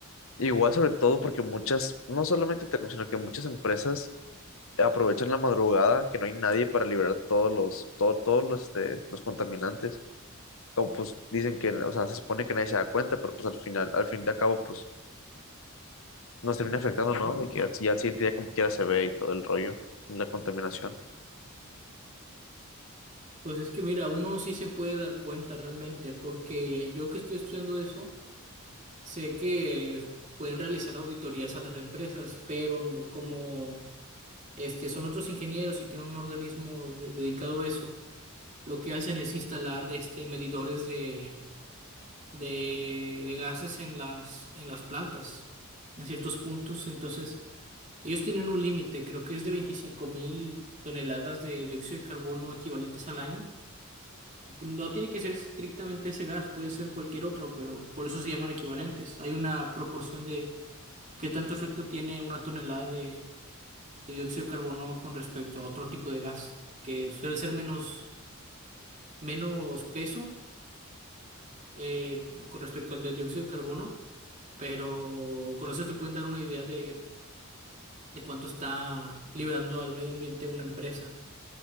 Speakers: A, on the left (about 65°); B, on the right (about 35°).
A: igual sobre todo porque muchas, no solamente Ethereum, sino que muchas empresas aprovechan la madrugada, que no hay nadie para liberar todos los, todo- todos los, este, los contaminantes. Como pues dicen que, o sea, se supone que nadie se da cuenta, pero pues al final, al fin de cabo, pues nos termina afectando, ¿no? De que al- ya al siguiente día como quiera se ve y todo el rollo, la contaminación.
B: Pues es que mira, uno sí se puede dar cuenta realmente, porque yo que estoy estudiando eso, sé que pueden realizar auditorías a las empresas, pero no- como este, son otros ingenieros y tienen un organismo de- dedicado a eso, lo que hacen es instalar este medidores de, de, de gases en las, en las plantas, en ciertos puntos. Entonces, ellos tienen un límite, creo que es de veinticinco mil toneladas de dióxido de carbono equivalentes al año. No tiene que ser estrictamente ese gas, puede ser cualquier otro, pero por eso se llaman equivalentes. Hay una proporción de qué tanto efecto tiene una tonelada de, de dióxido de carbono con respecto a otro tipo de gas, que suele ser menos, menos peso eh, con respecto al del dióxido de carbono, pero con eso te pueden dar una idea de, de cuánto está liberando al medio ambiente una empresa.